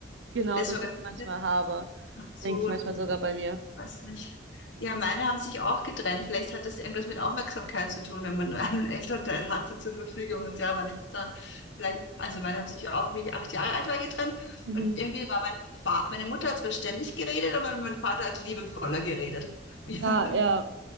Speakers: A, on the right; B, on the left.
A: genau,
B: Der ist
A: dass
B: organisiert.
A: ich das manchmal habe.
B: Ach so,
A: Denke ich manchmal sogar bei mir.
B: Weiß nicht. Ja, meine haben sich auch getrennt. Vielleicht hat das irgendwas mit Aufmerksamkeit zu tun, wenn man nur einen Elternteil hatte zur Verfügung und der war nicht da. Vielleicht, also meine haben sich auch, wie ich acht Jahre alt war, getrennt.
A: Mhm.
B: Und irgendwie war mein Vater, meine Mutter hat zwar ständig geredet, aber mein Vater hat liebevoller geredet. <laughs> ja
A: Ah, ja,